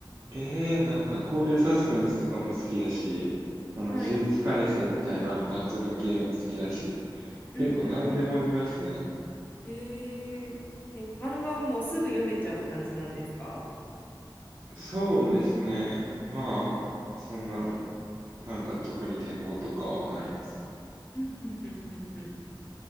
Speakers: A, on the right; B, on the left.
A: ええなんかこういうサスペンスとかも好きだし、あの、呪術廻戦みたいなバトル系も好きだし、
B: はい。
A: 結構何でも見ますね。
B: うんうんうんえー、え、漫画はもうすぐ読めちゃう感じなんですか
A: そうですね。まあ、そんな、なんか特に抵抗とかはないですね。
B: うんうんうんうんうん。